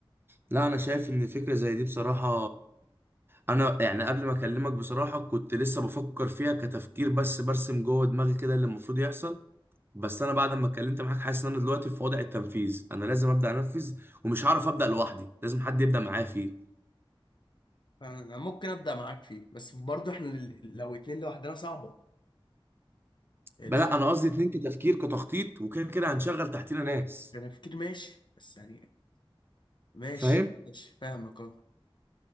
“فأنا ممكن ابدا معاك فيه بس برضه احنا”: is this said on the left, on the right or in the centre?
Left